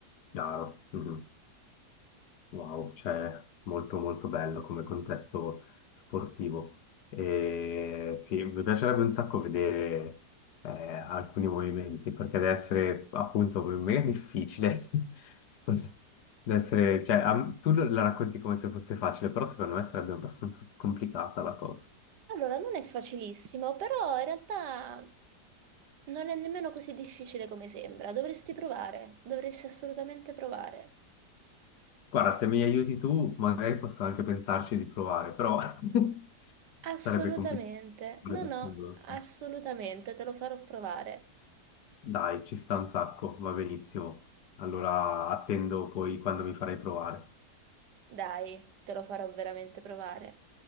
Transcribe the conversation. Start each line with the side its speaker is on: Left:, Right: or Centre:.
Left: Chiaro. Mhm. Wow, cioè molto molto bello come contesto sportivo. E sì, mi piacerebbe un sacco vedere eh, alcuni movimenti, perché deve essere appunto mega difficile. <laughs> Sto- Deve essere, cioè, a- tu la racconti come se fosse facile, però secondo me sarebbe abbastanza complicata la cosa.
Right: Allora, non è facilissimo, però in realtà non è nemmeno così difficile come sembra. Dovresti provare, dovresti assolutamente provare.
Left: Guarda, se mi aiuti tu, magari posso anche pensarci di provare, però <laughs>
Right: Assolutamente,
Left: sarebbe complicato. Sarebbe
Right: no, no,
Left: assurdo.
Right: assolutamente, te lo farò provare.
Left: Dai, ci sta un sacco, va benissimo. Allora attendo poi quando mi farai provare.
Right: Dai, te lo farò veramente provare.